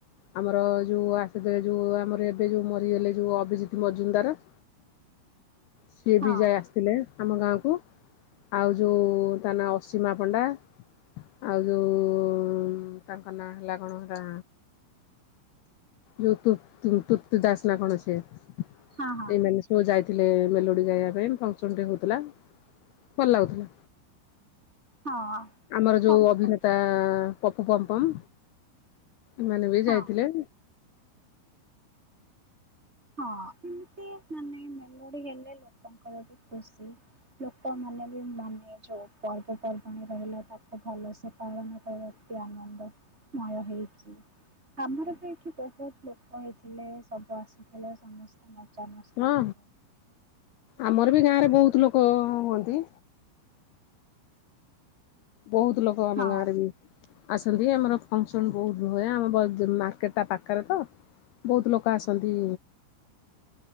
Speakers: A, on the left (about 85°); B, on the right (about 20°).
A: ଆମର ଯୋଉ ଆସିଥିଲେ ଯୋଉ ଆମର ଏବେ ଯୋଉ ମରିଗଲେ ଯୋଉ ଅଭିଜିତ ମଜୁନଦାର ସିଏ
B: ହଁ
A: ବି ଯାଇ ଆସିଥିଲେ ଆମ ଗାଁ କୁ ଆଉ ଯୋଉ ତା ନା ଅସୀମା ପଣ୍ଡା। ଆଉ ଯୋଉ ତାଙ୍କ ନାଁ ହେଲା କଣ ରା ଯୋଉ ତୃ-ତୃ-ତୃର୍ତୀ ଦାସ ନା କଣ ସେ ଏଇମାନେ
B: ହଁ ହଁ
A: ପୁଅ ଯାଇଥିଲେ ମେଲୋଡି ଗାଇବା ପାଇଁ ଫଙ୍କସନ ଟେ ହଉଥିଲା। ଭଲ ଲାଗୁଥିଲା
B: ହଁ
A: ଆମର ଯୋଉ
B: ସମସ୍ତ
A: ଅଭିନେତା ପପୁ ପମ୍ପମ୍ ଏମାନେ ବି ଯାଇଥିଲେ।
B: ହଁ। ହଁ ଏମିତି ମାନେ ମେଲୋଡି ହେଲେ ଲୋକଙ୍କର ବି ଖୁସି। ଲୋକମାନେ ବି ମାନେ ଯୋଉ ପର୍ବପର୍ବାଣି ରହିଲା ତାକୁ ଭଲସେ ପାଳନ କରିବା ଅତି ଆନନ୍ଦ। ମୟ ହେଇଛି ଆମର ବି ଏଇଠି ବହୁତ ଲୋକ ହେଇଥିଲେ ସବୁ ଆସ ଥିଲେ ସମସ୍ତେ ମଜାମସ୍ତି
A: ହଁ
B: କଲେ।
A: ଆମର ବି ଗାଁରେ ବହୁତ ଲୋକ ହୁଅନ୍ତି। ବହୁତ ଲୋକ ଆମ
B: ହଁ
A: ଗାଁରେ ବି ଆସନ୍ତି ଆମର ଫଙ୍କସନ୍ ବହୁତ ହୁଏ ଆମ ବଜା ମାର୍କେଟ ଟା ପାଖରେ ତ। ବହୁତ ଲୋକ ଆସନ୍ତି।